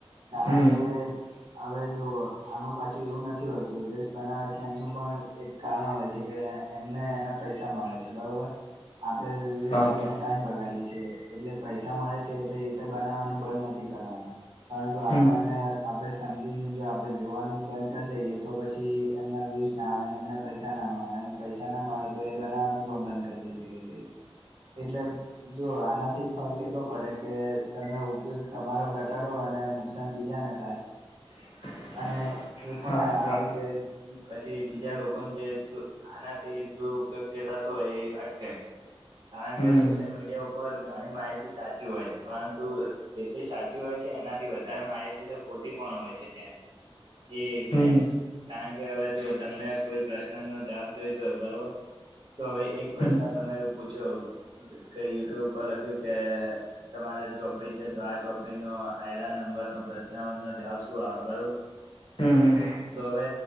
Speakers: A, on the left (about 60°); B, on the right (about 55°).
A: હમ
B: કારણ કે હવે જો આમાં પાછું એવું નથી હોતું ડ્રેસ બનાવે છે, એમનું પણ એક કારણ હોય છે કે એમને એના પૈસા મળે છે, બરોબર આપણે જો
A: હા
B: જોઈને
A: હા
B: ટાઈમ બગાડી. એટલે પૈસા મળે છે એટલે એ તો બનાવવાનું બંધ નથી કરવાના. પરંતુ આપણને
A: હમ
B: આપડ. સમજીને જો આપડે જોવાનું જ બંધ કરી દઈએ તો પછી એમના વ્યુઝ ના આવે ને એમના પૈસા ના મળે. પૈસા ના મળે તો એ બનાવવાનું પણ બંધ કરી દે ધીરે ધીરે. એટલે જો આનાથી ફર્ક એટલો પડે કે તમે ઉપયોગ તમારો ઘટાડો અને નુકસાન બીજાને થાય.
A: <inaudible>
B: અને એ પણ
A: હા
B: આવી
A: હા
B: રીતે પછી બીજા લોકોને જે આનાથી દુર ઉપયોગ જે થતો એ અટકે. કારણ
A: હમ
B: કે સોશિયલ મીડિયા ઉપર ઘણી માહિતી સાચી હોય છે પરંતુ જેટલી સાચી હોય છે. છે એનાથી વધારે માહિતી તો ખોટી પણ હોય છે ત્યાં જ તે જ
A: હમ
B: ને જ કારણ કે હવે જો તમને કોઈ પ્રશ્ન નો જવાબ જોઈતો હો બરોબર. તો હવે એક પ્રશ્ન
A: હમ
B: તમે પૂછ જો કંઈ યુટ્યુબ ઉપર લખ્યું કે તમારે ચોપડી છે તો આ ચોપડી નો આયરા નંબર ન પ્રશ્નવ નો જવાબ શું આવે બરોબર.
A: હમ્મ.
B: તો હવે